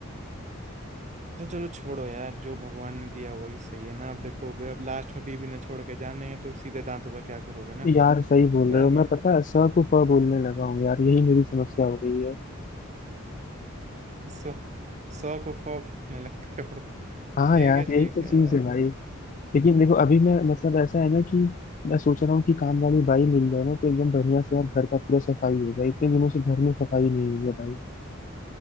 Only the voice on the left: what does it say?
यार सही बोल
रहे
हो
मैं पता है स को फ बोलने लगा हूँ यार यही मेरी समस्या हो गई है
हाँ
यार
यही
तो
चीज
है भाई लेकिन देखो अभी मैं मतलब ऐसा है ना कि मैं सोच रहा हूँ कि काम वाली बाई मिल जाए ना तो एकदम बढ़िया से यार घर का पूरा सफाई हो जाए इतने दिनों से घर में सफाई नहीं हुई है भाई